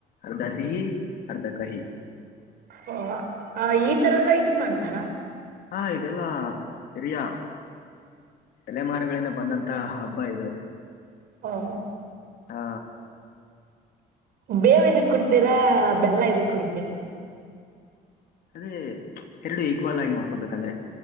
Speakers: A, on the left; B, on the right.
A: ಅರ್ಧ ಸಿಹಿ ಅರ್ಧ ಕಹಿ.
B: ಹೊಓ ಈ ತರಲ್ಲ ಇದು ಮಾಡ್ತಾರಾ.
A: ಹಾ ಇದೆಲ್ಲಾ ಸರಿಯಾ. ತಲೆಮಾರುಗಳಿಂದ ಬಂದಂತ ಹಬ್ಬ ಇದು.
B: ಹ <unintelligible>
A: ಹಾ
B: ಬೇವು ಇದಕ್ ಕೊಡ್ತೀರಾ ಬೆಲ್ಲ ಇದಕ್ ಕೊಡ್ತೀರಾ.
A: ಅದೇ ಎರಡು ಈಕ್ವಲಾಗಿ ನೋಡ್ಕೋಬೇಕಂದ್ರೆ